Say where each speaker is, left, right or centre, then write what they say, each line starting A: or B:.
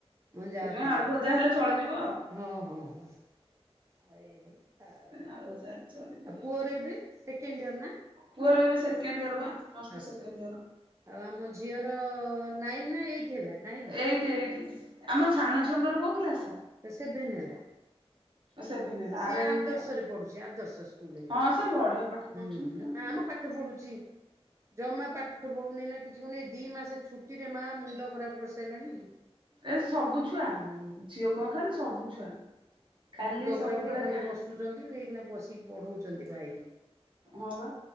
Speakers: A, on the right; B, on the right.
A: ମୁଁ ଯାହା
B: ସେଥିପାଇଁ
A: ତମର
B: ଆଳୁ ଭଜା ହେଲେ ଚଳିଯିବ ଆଉ।
A: ହଁ ହଁ ହଁ ଆଉ
B: ଆଳୁ ଭଜା ହେଲେ ଚଳିଯିବ।
A: ପୁଅରେ ଏବେ ସେକେଣ୍ଡ ଇଅର
B: ପୁଅର ଏବେ ସେକେଣ୍ଡ ଇୟର ବା ପ୍ଲସ ଟୁ
A: ଆଚ୍ଛା
B: ସେକଣ୍ଡ
A: ଆଚ୍ଛା
B: ଇୟର।
A: ଆଉ ଆମ ଝିଅର ନାଇନ ନା ଏଇଟ ହେଲା ନାଇନ।
B: ଏଇଠି ଏଇଠି ଆମ ସାନ ଝିଅଙ୍କର କୋଉ କ୍ଲାସ?
A: ତ ସେଭେନ ହେଲା?
B: ସେଭେନ ହେଲା
A: ସେ
B: ଆର
A: ଆଦର୍ଶ
B: ଏଇଟି ଆଉ।
A: ରେ ପଢୁଚି। ଆଦର୍ଶ ସ୍କୁଲ ହେଇଗଲା।
B: ହଁ ସେ ବଢିଆ ପାଠ ପଢୁଛନ୍ତି
A: ହୁଁ ନା
B: ଆଉ।
A: ମ ଉଠ ପଡୁଚି। ଜମା ପାଠ ପଢୁନି ନା କିଛି କରୁନି। ଏ ଦି ମାସ ଛୁଟିରେ ମା ମୁଣ୍ଡ ଖରାପ କରିସାରିଲାଣି।
B: ଏ ସବୁ ଛୁଆ
A: ହୁଁ
B: ଝିଅ କଣ ଖାଲି ସବୁ ଛୁଆ। ଖାଲି
A: ମୁଣ୍ଡ ଖରାପରେ
B: ସବୁବେଳେ
A: ଖାଲି
B: ଖା
A: ବସୁଚନ୍ତି। ଏଇକିଣା ବସିକି ପଢଉଚନ୍ତି ଭାଇ।
B: ହଁ ବା